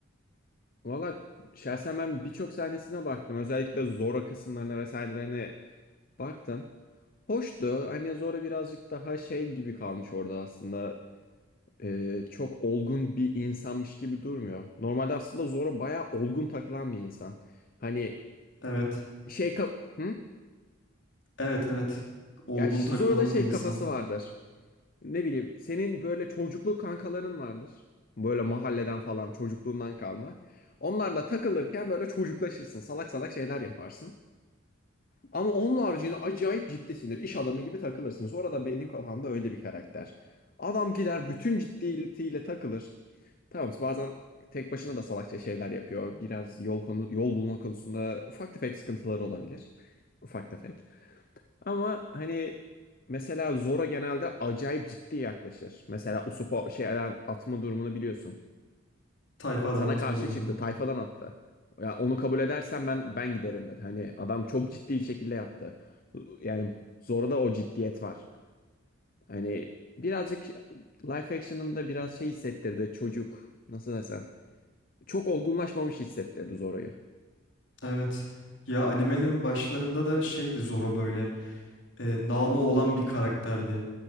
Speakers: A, on the left; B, on the left.
A: Valla şahsen ben birçok sahnesine baktım. Özellikle Zora kısımlarına vesairelerine baktım. Hoştu. Hani Zora birazcık daha şey gibi kalmış orada aslında. e, çok olgun bir insanmış gibi durmuyor. Normalde aslında Zoro bayağı olgun takılan bir insan. Hani
B: Evet.
A: şey kap hı?
B: Evet evet. Olgun
A: Ya ş-
B: takılan
A: Zoro'da şey
B: bir insan.
A: kafası vardır. Ne bileyim senin böyle çocukluk kankaların vardır. Böyle mahalleden falan çocukluğundan kalma. Onlarla takılırken böyle çocuklaşırsın. Salak salak şeyler yaparsın. Ama onun haricinde acayip ciddisindir. İş adamı gibi takılırsın. Zoro da benim kafamda öyle bir karakter. Adam gider bütün ciddiyetiyle takılır. Tamam, bazen tek başına da salakça şeyler yapıyor. Biraz yol konu yol bulma konusunda ufak tefek sıkıntıları olabilir. Ufak tefek. Ama hani mesela Zora genelde acayip ciddi yaklaşır. Mesela Usopp şeyden atma durumunu biliyorsun.
B: Tayfadan
A: Sana
B: atma
A: karşı
B: durumu.
A: çıktı, tayfadan attı. Ya onu kabul edersen ben ben giderim dedi. Hani adam çok ciddi bir şekilde yaptı. Yani Zora'da o ciddiyet var. Hani birazcık live action'ın da biraz şey hissettirdi çocuk. Nasıl desem? çok olgunlaşmamış hissettirdi Zora'yı.
B: Evet. Ya animelerin başlarında da şeydi Zoro böyle. E, namı olan bir karakterdi.